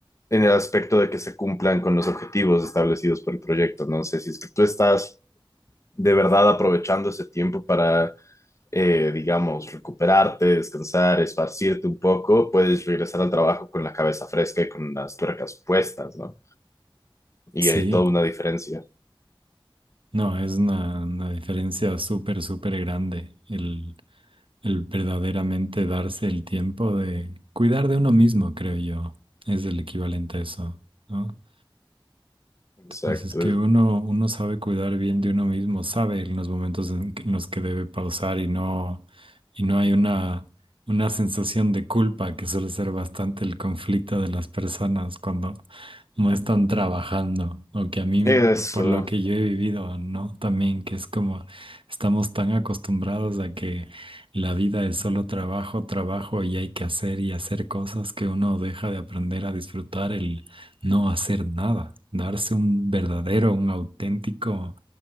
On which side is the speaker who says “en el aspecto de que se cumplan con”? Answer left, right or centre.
Left